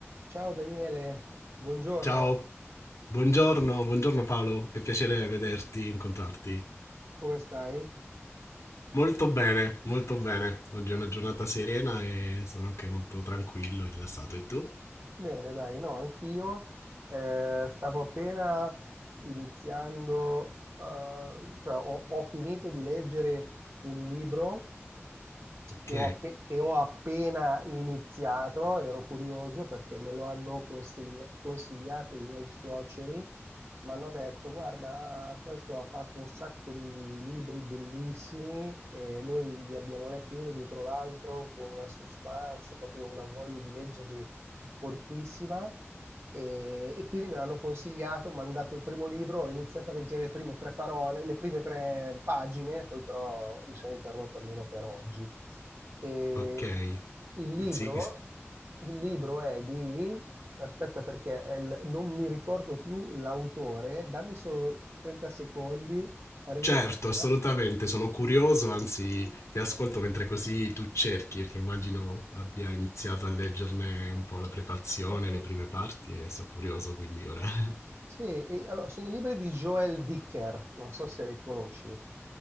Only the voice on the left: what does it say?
Ciao, buongiorno, buongiorno Paolo, che piacere vederti, incontrarti.
Molto bene, molto bene. Oggi è una giornata serena e sono anche molto tranquillo e rilassato. E tu?
Ok,
ok.
Sì,
certo,
assolutamente,
sono curioso, anzi ti ascolto mentre così tu cerchi, perché immagino abbia iniziato a leggerne un po' la prefazione,
le prime parti e sono curioso quindi ora. <laughs>